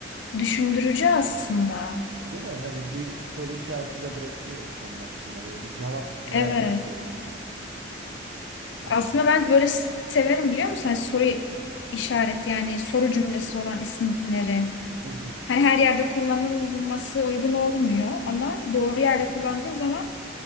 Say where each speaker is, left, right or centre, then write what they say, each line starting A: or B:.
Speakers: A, on the left (about 70°); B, on the right (about 70°).
A: Düşündürücü aslında.
B: Değil mi? Hani bir soru işareti de bırakıyor insanın hakkında böyle bir cevap verme
A: Evet.
B: isteği. Ee,
A: Aslında ben böyle s- severim biliyor musun? Hani soru işareti yani soru cümlesi olan isimleri.
B: hı hı.
A: Hani her yerde kullanılması uygun olmuyor ama doğru yerde kullandığın zaman